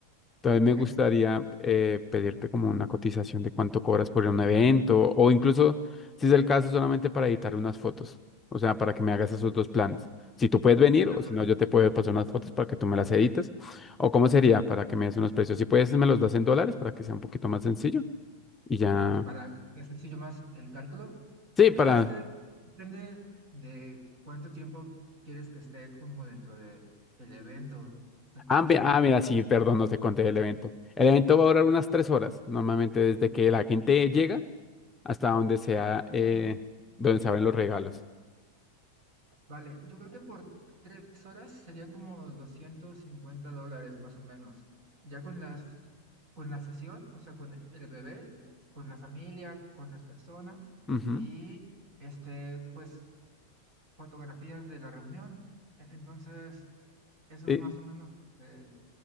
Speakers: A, on the left; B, on the right.
A: También
B: ok.
A: me gustaría
B: ok.
A: eh, pedirte como una cotización de cuánto cobras por un evento o incluso, si es el caso, solamente para editar unas fotos. O sea, para que me hagas esos dos planes. Si tú puedes venir
B: Ah,
A: o
B: bueno,
A: si no, yo te puedo pasar unas fotos para que tú me las edites. O cómo sería para que me des unos precios. Si puedes, me los das en dólares para que sea un poquito más sencillo. Y ya.
B: para que sea sencillo más el cálculo,
A: Sí,
B: ok,
A: para...
B: es que depende de cuánto tiempo quieres que esté como dentro de el evento. T-
A: Ah,
B: O
A: mi-
B: sea,
A: ah, mira,
B: por-
A: sí, perdón, no te conté el evento. El evento va a durar unas tres horas, normalmente desde que la gente llega hasta donde sea,
B: ¿sí?
A: eh, donde se abren los regalos.
B: Vale, yo creo que por tres horas serían como 250 dólares más o menos. Ya con las, con la sesión, o sea, con el bebé, eh, con la familia, con las personas
A: Ujú.
B: y este, pues, fotografías de la reunión. E- Entonces, eso
A: Y,
B: es más o menos eh,